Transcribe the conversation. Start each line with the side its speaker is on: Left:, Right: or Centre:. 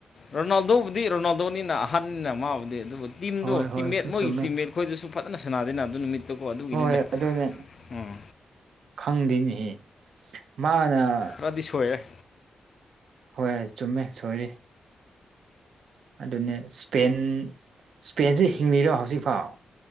Left: ꯔꯣꯅꯥꯜꯗꯣꯕꯨꯗꯤ ꯔꯣꯅꯥꯜꯗꯣꯅꯤꯅ ꯑꯍꯟꯅꯤꯅ ꯃꯥꯕꯨꯗꯤ ꯑꯗꯨꯕꯨꯗꯤ ꯇꯤꯝꯗꯣ
Right: ꯍꯣꯏ
Left: ꯇꯤꯝꯃꯦꯠ
Right: ꯍꯣꯏ ꯑꯗꯨ
Left: ꯃꯣꯏꯒꯤ
Right: ꯆꯨꯝꯃꯦ
Left: ꯇꯤꯝꯃꯦꯠ ꯈꯣꯏꯗꯨꯁꯨ ꯐꯖꯅ ꯁꯥꯟꯅꯥꯗꯦꯅ ꯑꯗꯨ ꯅꯨꯃꯤꯠ ꯑꯗꯨꯀꯣ ꯑꯗꯨꯒꯤꯅꯤꯗ
Right: ꯍꯣꯏ ꯑꯗꯨꯅꯦ
Left: ꯎꯝ
Right: <unintelligible> ꯃꯥꯅ
Left: <unintelligible> ꯁꯣꯏꯑꯦ
Right: ꯍꯣꯏ ꯆꯨꯝꯃꯦ ꯁꯣꯏꯔꯤ ꯑꯗꯨꯅꯦ ꯁꯄꯦꯟ ꯁ꯭ꯄꯦꯟꯁꯦ ꯍꯤꯡꯂꯤꯔꯣ ꯍꯧꯖꯤꯛꯐꯥꯎ